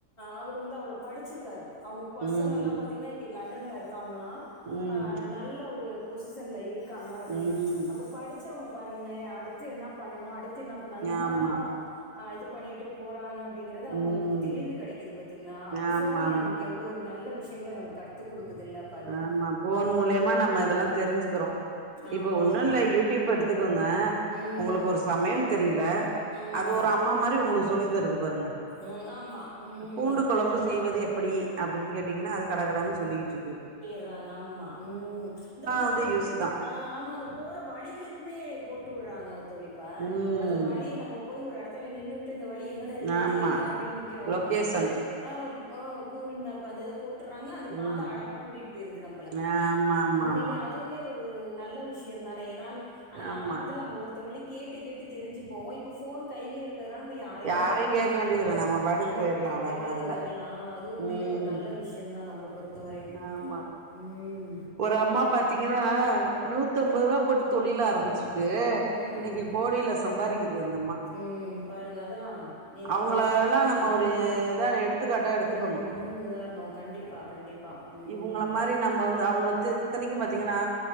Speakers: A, on the left; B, on the right.
A: அவர் வந்து அவ்ளோ படிச்சிருக்காரு அவங்க பசங்க
B: ம்
A: எல்லாம் பாத்தீங்கன்னா லண்டன்லா இருக்காங்களாம்
B: ம்
A: நல்லா ஒரு பொசிஷன்ல இருக் க்காங்க அப்டின்னு
B: ம்
A: அப்ப படிச்சவங்க பாருங்களேன் அடுத்து என்ன பண்ணணும் அடுத்து என்ன பண்ணணும் அந்த மாரி
B: ஆமா
A: தான் இது பண்ணிட்டு போறாங்க அப்டிங்கறது நம்ம
B: ம்
A: ஒரு தெளிவு கிடைக்குது பாத்தீங்களா அப்ப
B: ஆமா
A: போன
B: ஆமா
A: நமக் எவ்ளோ ஒரு நல்லா விஷயங்களை நமக்கு காத்து குடுக்குதுல்ல அப்ப அதுல
B: ஆமா போன் மூலயமா நம்ம இதெல்லாம் தெரிஞ்சுக்கிறோம் இப்ப
A: ஆமா
B: ஒன்னும் இல்லா யூடியூப் எடுத்துக்கோங்க
A: ம்
B: உங்களுக்கு ஒரு சமையல் தெரிலா
A: ம்
B: அது ஒரு அம்மா மாரி உங்களுக்கு சொல்லி தருது பாருங்க
A: ம் ஆமா ம்
B: பூண்டு குழம்பு
A: கண்டிப்பா
B: செய்வது எப்டி அப்டின்னு கேட்டீங்கன்னா அது கடா கடனு சொல்லி ட்ருது
A: ட்ராங்க ஆமா ம் இந்த புக்கு
B: வந்து யூஸ் தா
A: ஆ ஆமா இந்த போரா வழிகளுக்குமே போட்டு விடுறாங்க தோழி இப்ப
B: ம்
A: அந்த வழி நம்ம போய் ஒரு இடத்துல நின்னு இந்த வழி எங்கன இருக்குன்னு
B: ஆமா
A: தெரில அப்டின்னு நிற்கிறோம்
B: லொகேஷன்
A: அதுல ஆ ஆ கூகுள் மேபு அந்த இத போட் ட்றாங்க அந்த
B: ம்
A: பாத அழகா கூட்டிட்டு போயிருது நம்மளா
B: ஆமா ஆமா
A: உண்மையிலே
B: ஆமா
A: ஆ அதுவுமே ஒரு நல்லா விஷயம் தானே ஏன்னா ஆனா
B: ஆமா
A: ஆரம்பத்தில் நம்ம ஒவ்வொருத்தவங்லிக்கு கேட்டு கேட்டு தெரிஞ்சு போம் இப்போ போன் கையிலயே இருக்கதால நம்ம யாரையுமே
B: யாரையு
A: வேண்டியதில்லா
B: கேட்க வேண்டியதுல்ல நம்ம
A: நாம
B: போயிரலா
A: பாட்டுக்கு
B: அழகா
A: போயிட்டு
B: அதுல
A: வரலாம் அது உண்மையிலே
B: ம்
A: ஒரு நல்ல விஷயம் தான் நம்மளை பொறுத் எத்தப்பையும்
B: ஆமா
A: ம
B: ஒரு அம்மா பாத்தீங்கன்னா நூத்தம்பது ரூபா போட்டு தொழிலா ஆரம்பிச்சிருக்கு
A: ம்.
B: இன்னைக்கி கோடியிலா சம்பாதிக்குது அந்தம்மா
A: ம் பாருங்க அதான் நேத்து
B: அவங்களல்லா
A: அவுங்க சொன்ன மாரி
B: நம்ம ஒரு
A: ம்
B: இதா எடுத்துக்காட்டா எடுத்துக்கணு
A: ம் முன் உதாரணம் கண்டிப்பா கண்டிப்பா ம்.
B: இவங்கள மாரி நம்ம வந்து அவங்க இத்தனைக்கும் பாத்தீங்கன்னா